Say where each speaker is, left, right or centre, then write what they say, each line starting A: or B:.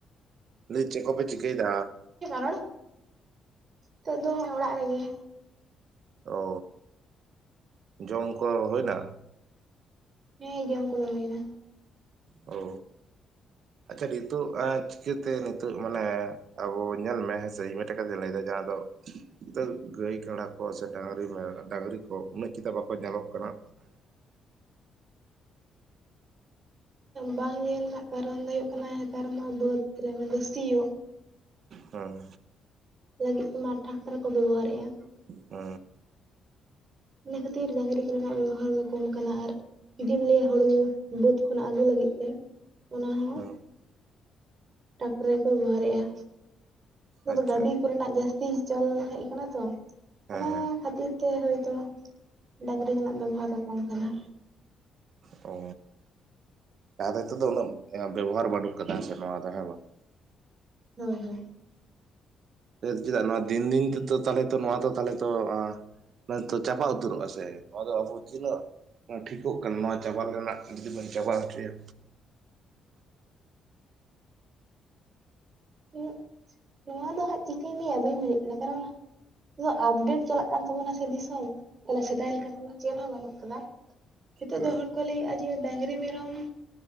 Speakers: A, on the right; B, on the right.
A: ᱞᱟᱹᱭ ᱟᱹᱧ ᱪᱮᱫ ᱠᱚᱯᱮ ᱪᱤᱠᱟᱹᱭᱮᱫᱟᱹ
B: ᱨᱚᱲ ᱱᱤᱛᱚᱜ ᱫᱚ ᱚᱲᱟᱜ ᱨᱮᱜᱮ
A: ᱚ ᱡᱚᱢ ᱠᱚ ᱦᱩᱭᱱᱟ
B: ᱦᱮᱸ ᱡᱚᱢ ᱠᱚᱫᱚ ᱦᱩᱭ ᱱᱟ
A: ᱚ ᱟᱪᱪᱷᱟ ᱱᱤᱛᱚᱜ ᱪᱤᱠᱟᱹᱛᱮ ᱱᱤᱛᱚᱜ ᱢᱟᱱᱮ ᱟᱵᱚ ᱧᱮᱞ ᱢᱮ ᱦᱮᱸᱥᱮ ᱤᱧ ᱢᱤᱫᱴᱮᱱ ᱠᱟᱛᱷᱟᱧ ᱞᱟᱹᱭᱟ ᱡᱟᱦᱟᱸ ᱫᱚ <inaudible> ᱛᱚ ᱜᱟᱹᱭ ᱠᱟᱰᱟ ᱠᱚ ᱥᱮ ᱰᱟᱝᱨᱤ ᱠᱚ ᱩᱱᱟᱹᱜ ᱪᱮᱫᱟᱜ ᱵᱟᱠᱚ ᱧᱮᱞᱚᱜ ᱠᱟᱱᱟ
B: ᱵᱟᱝ ᱧᱮᱞ ᱨᱮᱱᱟᱜ ᱠᱟᱨᱚᱱ ᱫᱚ ᱦᱩᱭᱩᱜ ᱠᱟᱱᱟ ᱱᱮᱛᱟᱨ ᱢᱟ ᱵᱟᱹᱫᱽ ᱨᱮ ᱢᱟᱱ ᱥᱤᱭᱳᱜ
A: ᱦᱮᱸ
B: ᱞᱟᱹᱜᱤᱫ ᱛᱮ ᱢᱟ ᱴᱨᱟᱠᱴᱟᱨ ᱠᱚ ᱵᱮᱵᱚᱦᱟᱨᱮᱫ-ᱟ
A: ᱚ
B: ᱤᱱᱟᱹ ᱠᱷᱟᱹᱛᱤᱨ ᱰᱟᱝᱨᱤ ᱠᱚᱨᱮᱱᱟᱜ ᱵᱮᱵᱚᱦᱟᱨ ᱫᱚ ᱠᱚᱢ ᱠᱟᱱᱟ ᱟᱨ ᱤᱧᱫᱩ ᱞᱟᱹᱭᱟ ᱦᱩᱲᱩ ᱵᱟᱹᱫᱽ ᱠᱷᱚᱱᱟᱜ ᱟᱹᱜᱩ ᱞᱟᱹᱜᱤᱫ ᱛᱮ ᱚᱱᱟ ᱦᱚᱸ
A: ᱦᱮᱸ
B: ᱴᱨᱟᱠᱴᱟᱨ ᱜᱮᱠᱚ ᱵᱮᱵᱚᱦᱟᱨᱮᱫ-ᱟ ᱱᱤᱛ
A: ᱟᱪᱪᱷᱟ
B: ᱜᱟᱹᱰᱤ ᱠᱚᱨᱮᱱᱟᱜ ᱡᱟᱹᱥ ᱦᱩᱭ ᱪᱟᱞ ᱦᱮᱡ ᱠᱟᱱᱟ ᱛᱚ
A: ᱦᱮᱸ
B: ᱚᱱᱟ
A: ᱦᱮᱸ
B: ᱠᱷᱟᱹᱛᱤᱨ ᱛᱮ ᱦᱳᱭᱛᱚ ᱰᱟᱝᱨᱤ ᱨᱮᱱᱟᱜ ᱵᱮᱵᱚᱦᱟᱨ ᱫᱚ ᱠᱚᱢ ᱠᱟᱱᱟ
A: ᱚ ᱟᱫᱚ ᱦᱤᱛᱚᱜ ᱫᱚ ᱩᱱᱟ. ᱜ ᱵᱮᱵᱚᱦᱟᱨ ᱵᱟᱹᱱᱩᱜ ᱠᱟᱫᱟ ᱦᱮᱥᱮ ᱱᱚᱣᱟ ᱫᱚ ᱦᱮ ᱵᱟᱝ
B: ᱦᱮ ᱦᱮ
A: ᱪᱮᱫᱟᱜ ᱱᱚᱣᱟ ᱫᱤᱱ ᱫᱤᱱ ᱛᱮᱫᱚ ᱛᱟᱞᱦᱮ ᱛᱚ ᱱᱚᱣᱟ ᱫᱚ ᱛᱟᱞᱦᱮ ᱛᱚ ᱢᱟᱱᱮ ᱛᱚ ᱪᱟᱵᱟ ᱩᱛᱟᱹᱨᱚᱜ ᱟ ᱥᱮ ᱱᱚᱣᱟ ᱫᱚ ᱟᱵᱚ ᱛᱤᱱᱟᱹᱜ ᱴᱷᱤᱠᱚᱜ ᱠᱟᱱᱟ ᱱᱚᱣᱟ ᱪᱟᱵᱟ ᱨᱮᱱᱟᱜ ᱡᱩᱫᱤ ᱵᱚᱱ ᱪᱟᱵᱟ ᱦᱚᱪᱚᱭᱟ
B: ᱦᱮᱸ ᱱᱚᱣᱟ ᱫᱚ ᱦᱟᱸᱜ ᱪᱤᱠᱟᱹᱧ ᱞᱟᱹᱭᱟ ᱵᱟᱹᱧ ᱵᱩᱡᱷᱟ. ᱜ ᱠᱟᱱᱟ ᱠᱟᱨᱚᱱ ᱤᱭᱟ. ᱟᱯᱰᱮᱴ ᱪᱟᱞᱟᱜ ᱠᱟᱱ ᱛᱟᱵᱚᱱᱟ ᱥᱮ ᱫᱤᱥᱚᱢ ᱛᱟᱦᱚᱞᱮ ᱥᱮᱫᱟᱭ ᱞᱮᱠᱟ ᱫᱚᱢᱟ ᱪᱮᱫ ᱦᱚᱸ ᱵᱟᱹᱱᱩᱜ ᱠᱟᱫᱟ ᱱᱤᱛᱚᱜ
A: ᱦᱮᱸ
B: ᱫᱚ ᱦᱚᱲ ᱠᱚ ᱞᱟᱹᱭᱮᱫ-ᱟ ᱡᱮ ᱰᱟᱝᱨᱤ ᱢᱮᱨᱚᱢᱮ